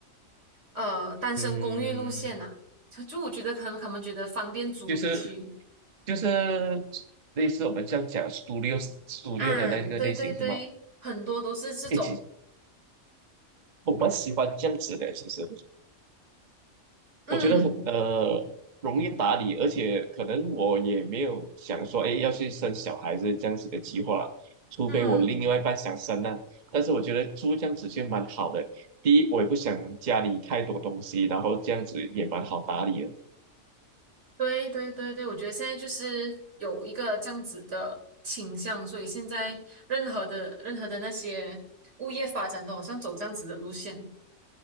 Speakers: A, on the right; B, on the right.
A: 呃，单身公寓路线啊，
B: 嗯，
A: 就就我觉得可能他们觉得方便租出去
B: 就是就是类似我们这样讲 studio studio
A: 啊，
B: 的那个类型是吗？
A: 对对对，很多都是这种，
B: 一诶，我蛮喜欢这样子的，其实
A: 嗯
B: 我觉得很呃容易打理，而且可能我也没有想说，哎，要去生小孩子这样子的计划，除非我另外一半想生呢、
A: 嗯。
B: 但是我觉得租这样子就蛮好的，第一，我也不想家里太多东西，然后这样子也蛮好打理的。
A: 对对对对，我觉得现在就是有一个这样子的倾向，所以现在任何的任何的那些物业发展都好像走这样子的路线。